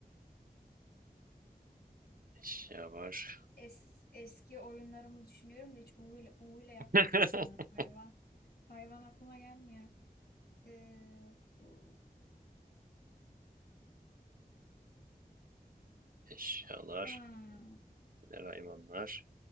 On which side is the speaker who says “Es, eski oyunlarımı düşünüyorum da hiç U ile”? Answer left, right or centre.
Left